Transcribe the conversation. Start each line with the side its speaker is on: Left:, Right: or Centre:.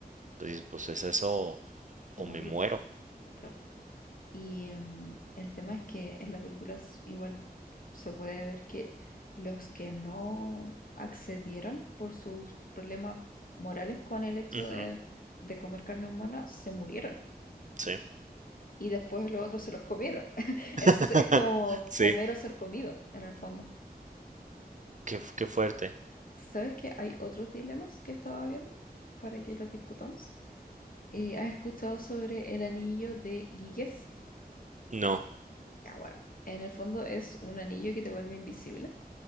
Right: pues, dices, pues es eso
Left: o
Right: o,
Left: morirte,
Right: me muero.
Left: claro. Y em, el tema es que en la película s- igual se puede ver que los que no accedieron por sus problemas morales con el hecho
Right: Ujú,
Left: de, de comer carne humana se murieron.
Right: sí,
Left: y después los otros se los comieron. <laughs> Entonces
Right: <laughs>
Left: es como
Right: Sí,
Left: comer o ser comido en el fondo.
Right: qué, qué fuerte.
Left: ¿Sabes que hay otros dilemas que estaba viendo para que los discutamos? Eh, ¿has escuchado sobre el anillo de Giges?
Right: No,
Left: Ya, bueno, en el fondo es un anillo que te vuelve invisible.